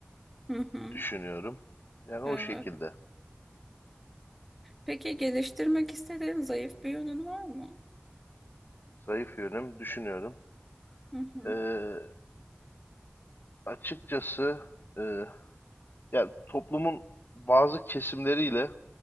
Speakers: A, in the centre; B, on the left.
A: hı hı.
B: düşünüyorum. Yani o
A: Evet.
B: şekilde
A: Peki geliştirmek istediğin zayıf bir yönün var mı?
B: zayıf yönüm düşünüyorum.
A: Hı hı,
B: Ee, açıkçası e, ya toplumun bazı kesimleriyle